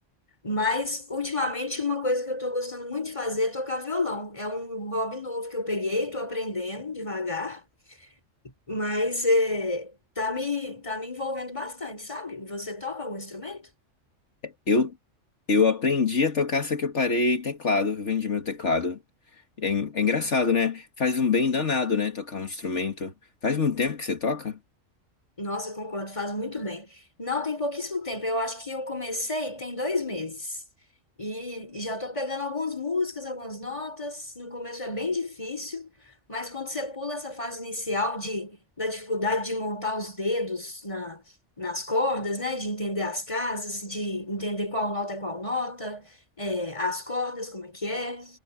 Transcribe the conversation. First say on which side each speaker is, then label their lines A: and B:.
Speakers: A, on the left (about 25°); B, on the left (about 65°).
A: Mas, ultimamente, uma coisa que eu tô gostando muito de fazer é tocar violão. É um hobby novo que eu peguei, tô aprendendo devagar, mas é, tá me, tá me envolvendo bastante, sabe? Você toca algum instrumento?
B: Eu, eu aprendi a tocar, só que eu parei teclado, eu vendi meu teclado. É, en- é engraçado, né? Faz um bem danado, né? Tocar um instrumento. Faz muito tempo que você toca?
A: Nossa, eu concordo, faz muito bem. Não, tem pouquíssimo tempo. Eu acho que eu comecei tem dois meses. E já estou pegando algumas músicas, algumas notas. No começo é bem difícil, mas quando você pula essa fase inicial de, da dificuldade de montar os dedos na, nas cordas, né? De entender as casas, de entender qual nota é qual nota, é, as cordas, como é que é.